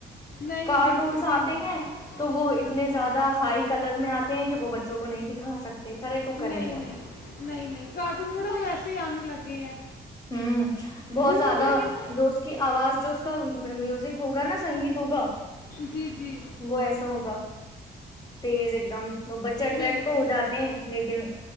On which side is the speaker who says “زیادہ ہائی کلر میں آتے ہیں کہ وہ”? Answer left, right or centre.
Left